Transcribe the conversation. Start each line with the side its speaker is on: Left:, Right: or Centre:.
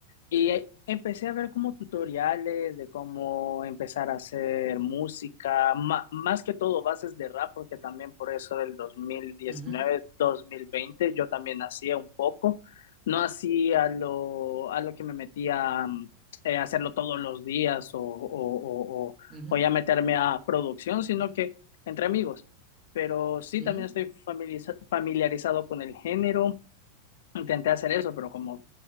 Left: y eh, empecé a ver como tutoriales de cómo empezar a hacer música, ma- más que todo bases de rap, porque también por eso del dos dos mil diecinueve
Right: ujú,
Left: dos mil veinte yo también hacía un poco, no hacía lo, a lo que me metía mm, eh, hacerlo todos los días o, o, o, o-
Right: ujú,
Left: o ya meterme a producción, sino que entre amigos. Pero sí,
Right: Ujú,
Left: también estoy familiariza- familiarizado con el género. Intenté hacer eso, pero como